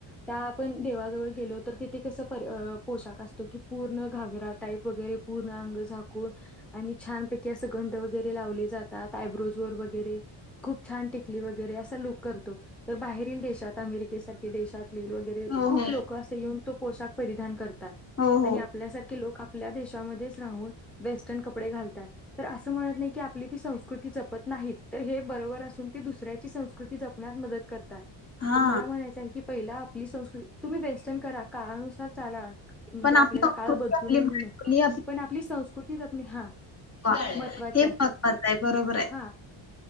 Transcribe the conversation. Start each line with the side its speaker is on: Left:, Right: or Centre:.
Centre: त्या आपण देवाजवळ गेलो तर तिथे कस पर पोशाख असत पूर्ण घारा टाईप वगरे पूर्ण अंग झाकून आणि छानपैकी अस गं वगे लावले जातात आयब्रोज वर वगैरे खूप छान टिकली वगैरे असा लोक करतो तर बाहेरील देशात अमेरिकेसारखे देशातली वगैरे
Left: हो
Centre: खूप
Left: हो
Centre: लोकं असे येऊन तो पोशा परिधान करत
Left: हो हो
Centre: आणि आपल्यासारखे लोक आपल्या देशामध्येच राहून वेस्टर्न कपडे घालतात तर असं म्हणत नाही की आपली ती संस्कृती जपत नाहीत तर हे बरोबर असून ती दुसऱ्याची संस्कृती जपण्यात मदत करतात
Left: हा
Centre: तर मला म्हणायचं आहे की पहिला आपली संस्कृती तुम्ही वेस्टर्न करा काळानुसार चाला म्हणजे
Left: पण
Centre: आपल्याला
Left: आपली संस्कृती
Centre: काळ बदलू
Left: आपली
Centre: नये म्हणून
Left: मुली
Centre: पण आपली संस्कृतीच आपण हा
Left: ह हे
Centre: महत्त्वाचे
Left: महत्त्वाचं
Centre: आहे
Left: आहे बरोबर आहे
Centre: हा